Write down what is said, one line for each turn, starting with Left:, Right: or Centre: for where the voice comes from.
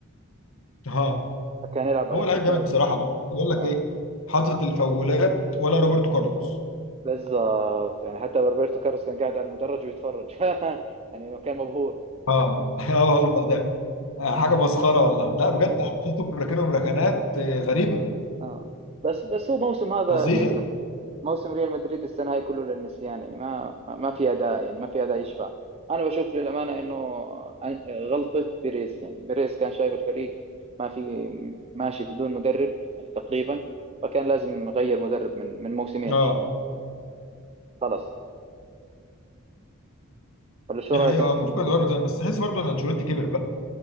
Left: اه
Right: فكان يلعب ارتكاز
Left: هو لعيب جامد بصراحة بقى بقول لك
Right: اه
Left: ايه حاطط الفاولات ولا روبرتو كارلوس
Right: بالضبط يعني حتى روبرتو كارلوس كان قاعد على المدرج ويتفرج <laughs> يعني كان مبهور
Left: اه <laughs> اه والله ده آه، حاجة مسخرة والله لا بجد
Right: <laughs>
Left: حاططهم ركنهم ركنات آه، غريبة
Right: اه بس بس هو موسم هذا
Left: فظيع
Right: ريال مدريد موسم ريال مدريد السنه هاي كله للنسيان يعني ما ما ما في اداء يعني ما في اداء يشفع انا بشوف للامانه انه عن- غلطه بيريز يعني بيريز كان شايف الفريق ما في ماشي بدون مدرب يعني تقريبا فكان لازم يغير مدرب من من موسمين
Left: اه
Right: مش من خلاص ولا شو
Left: دي
Right: رايك
Left: حقيقة
Right: انت
Left: آه،
Right: في
Left: المفروض
Right: الموضوع؟
Left: كان يتغير من زمان بس تحس برضه ان انشيلوتي كبر بقى